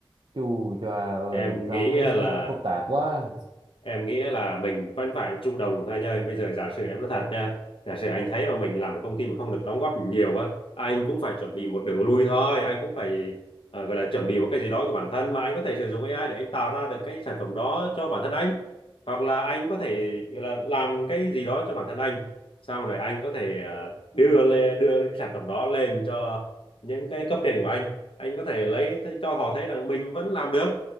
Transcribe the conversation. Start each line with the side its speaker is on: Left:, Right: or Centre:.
Right: Chù choà ơi
Left: em
Right: sao
Left: nghĩ
Right: em thấy nó
Left: là
Right: phức tạp quá
Left: em nghĩ là mình vẫn phải chủ động thôi anh ơi bây giờ giả sử em nói thật nha giả sử anh thấy mà mình làm ở công ty mà không được đóng góp nhiều á anh cũng phải chuẩn bị một đường lui thôi anh cũng phải ờ, gọi là chuẩn bị một cái gì đó của bản thân mà anh có thể sử dụng AI để anh tạo ra được cái sản phẩm đó cho bản thân anh hoặc là anh có thể gọi là làm cái gì đó cho bản thân anh xong rồi anh có thể ờ, đưa lên đưa cái sản phẩm đó lên cho những cái cấp trên của anh anh có thể lấy cho họ thấy là mình vẫn làm được